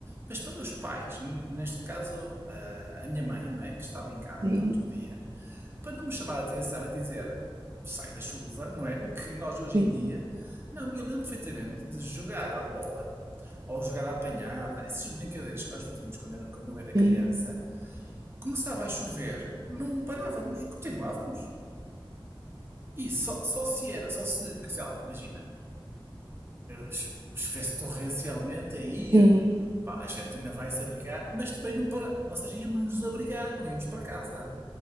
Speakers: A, on the right; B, on the right.
A: Mas para os pais, n- neste caso ah, a minha mãe, não é, que estava em casa
B: Sim,
A: durante o dia, para não me chamar a atenção e dizer sai da chuva, não é? O que nós hoje
B: sim,
A: em dia. Não, eu lembro perfeitamente de jogar à bola ou jogar à apanhada, essas brincadeiras que nós fazíamos quando era- quando eu era criança.
B: sim,
A: Começava a chover, não parávamos, continuávamos. E só, só se era, só se, sei lá, imagina, se chovesse torrencialmente, aí
B: sim.
A: pá, a gente ainda vai se abrigar, mas também não para. Ou seja, íamos nos abrigar, não íamos para casa.